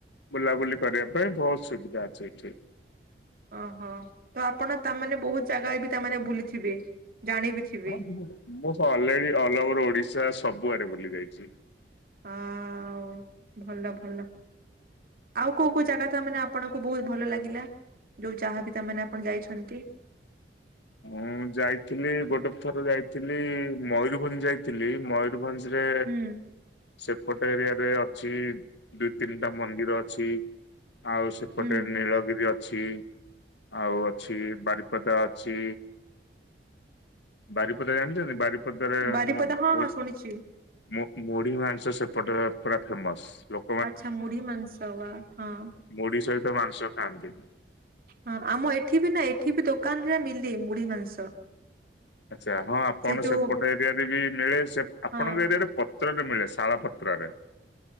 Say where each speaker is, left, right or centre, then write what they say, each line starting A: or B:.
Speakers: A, on the left; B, on the right.
A: ବୁଲାବୁଲି କରିବା ପାଇଁ ବହୁତ ସୁବିଧା ଅଛି ଏଠି।
B: ଓହୋ ତ ଆପଣ ତାମାନେ ବହୁତ ଜାଗା ବି ତାମାନେ ବୁଲିଥିବେ ଜାଣିବି ଥିବେ।
A: ହଁ ମୁଁ ମୁଁ ତ ଅଲରେଡି ଅଲ ଓଭର ଓଡିଶା ସବୁଆଡେ ବୁଲି ଯାଇଛି।
B: ଆଉ ଭଲ ଭଲ। ଆଉ କୋଉ କୋଉ ଜାଗା ତ ମାନେ ଆପଣଙ୍କୁ ବହୁତ ଭଲ ଲାଗିଲା ଯୋଉ ଯାହା ବି ତାମାନେ ଆପଣ ଯାଇଛନ୍ତି?
A: ମୁଁ ଯାଇଥିଲି ଗୋଟେ ଥର ଯାଇଥିଲି ମୟୂରଭଞ୍ଜ ଯାଇଥିଲି ମୟୁ ୟୂରଭଞ୍ଜ ରେ।
B: ହୁଁ
A: ସେପଟ ଏରିଆରେ ଅଛି ଦି ତିନିଟା ମନ୍ଦିର ଅଛି। ଆଉ ସେପଟେ
B: ହୁଁ
A: ନୀଳଗିରି ଅଛି ଆଉ ଅଛି ବାରିପଦା ଅ ଛି ବାରିପଦା ଜାଣିଛନ୍ତି ବାରି ପଦରେ
B: ବାରିପଦା
A: ମୁ
B: ହଁ
A: ମୁଢ଼ି।
B: ହଁ ଶୁଣିଛି
A: ମୁ-ମୁଢି ମାଂସ ସେପଟେ ପୁରା ଫେମସ ଲୋ
B: ଆଚ୍ଛା ମୁଢି ମାଂସ ୱା ହଁ।
A: ମୁଢି ସହିତ ମାଂସ ଖାଆନ୍ତି ବି।
B: ହଁ ଆମ ଏଠି ବି ନା ଏଠି ବି ଦୋକାନରେ ମିଲି ମୁଢୀ ମାସ
A: ଆଚ୍ଛା ହଁ ଆପଣ
B: ଯୋଉ
A: ସେପଟ ଏରିଆରେ ବି ମିଳେ ସେ ଆପଣଙ୍କ
B: ହଁ
A: ଏରିଆରେ ପ ପତ୍ରରେ ମିଳେ ଶାଳ ପତ୍ରରେ।